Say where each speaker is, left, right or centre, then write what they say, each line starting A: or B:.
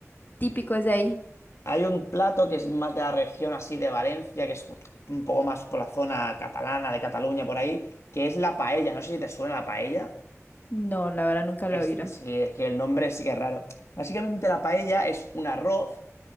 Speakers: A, on the left (about 40°); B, on the left (about 60°).
A: típico es de ahí?
B: Hay un plato que es más de la región así de Valencia, que es un poco más por la zona catalana, de Cataluña, por ahí, que es la paella. No sé si te suena la paella.
A: No, la verdad nunca lo
B: Es,
A: he oído.
B: sí, es que el nombre sí que es raro. Básicamente la paella es un arroz